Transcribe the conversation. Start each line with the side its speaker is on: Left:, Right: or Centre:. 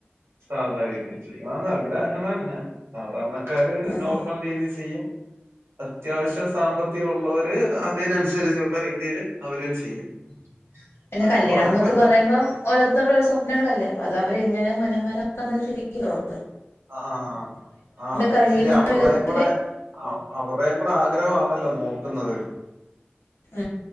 Right: സാധാരീതിചെയ്യും. ഇവിടെ അങ്ങനെന്നെ സാധാരണ കാര്
Left: ഉം
Right: നോർമൽ രീതിൽ ചെയ്യും. അത്യാവശ്യം സാമ്പത്തികം ഉള്ളവര് അതിനനുസരിച്ചുള്ള രീതിൽ അവരും ചെയ്യും.
Left: പിന്നെ
Right: എന്നാലും
Left: കല്യാണം
Right: കുഴപ്പമില്ല
Left: എന്നൊക്കെ പറയുമ്പം ഓരോരുടെഓരോ സ്വപനങ്ങളല്ലേ. അപ്പൊ അത് അവര് ഇങ്ങനെ മനോഹരമാക്കാന്നല്ലേ ചിന്തിക്കുകയുള്ളു.
Right: ആ ആ ആ അത്
Left: കഴിയുന്ന
Right: ശരിയാ. അവരുടെയും
Left: വിധത്തില്
Right: കൂടെ അവരുടെയും കൂടെ ആഗ്രഹമാണല്ലോ നോക്കുന്നത്.
Left: ആ